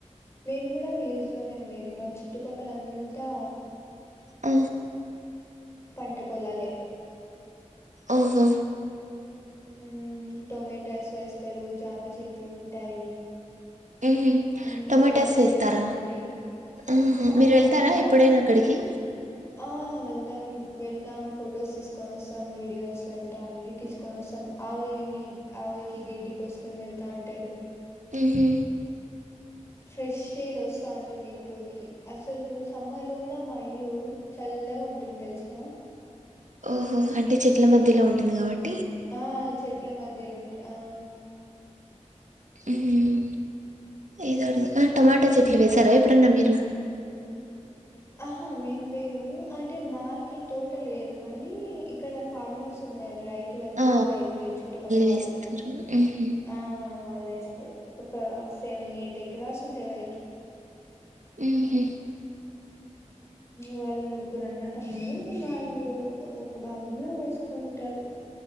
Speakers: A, on the left; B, on the right.
A: మేము కూడా విలేజ్ లోనే ఉండేది మా చుట్టుపక్కల అంతా
B: అ
A: పంటపొలాలే
B: ఓహో
A: ఉమ్ టొమాటాస్ వేస్తారు జామ చెట్లు ఉంటాయి
B: ఉహు
A: మ్మ్
B: టొమాటాస్
A: వంకాయ
B: వేస్తారా
A: చెట్లు ఉంటాయి
B: ఉహు
A: ఆ
B: మీరు వెళ్తారా
A: వాళ్ళు
B: ఎప్పుడైనా అక్కడికి
A: ఆ వెళ్తాం వెళ్తాం ఫొటోస్ తీసుకొని వస్తాం వీడియోస్ అంటా అన్ని తీసుకొని వస్తాం ఆవులిని ఆవులికి గడ్డికొసుకొని వెళ్తా ఉంటారు
B: ఉహు
A: ఫ్రెష్ ఎయిర్ వస్తా ఉంటుంది ఇంట్లోకి అసలు సమ్మర్ లో కూడా మా ఇల్లు చల్లగా ఉంటుంది తెలుసునా
B: ఓహో అంటే చెట్ల మధ్యలో ఉంటుంది కాబట్
A: ఆ చెట్ల మధ్యలో ఉంట్ ఆ
B: మ్మ్ ఏదో టమాటా చెట్లు వేసారా ఎప్పుడన్నా మీరు
A: ఆహా మేం మేము అంటే మాకి తోట లేదు కానీ ఇక్కడ ఫార్మర్స్ ఉన్నారు రైతులందరూ
B: ఆ
A: రైతు లే చుట్టుపక్క వాళ్ళు
B: వేస్తారు ఉహు
A: ఆ వాళ్ళు వేస్తరు ఒక సెవెన్ ఎయిట్ ఎకరాస్ ఉంటయి వాళ్ళకి
B: మ్మ్ హ్మ్
A: వాళ్ళు ముగ్గురు అన్న తములు వాళ్ళు ఒక్కొక్క భాగంలో వేసుకుంటారు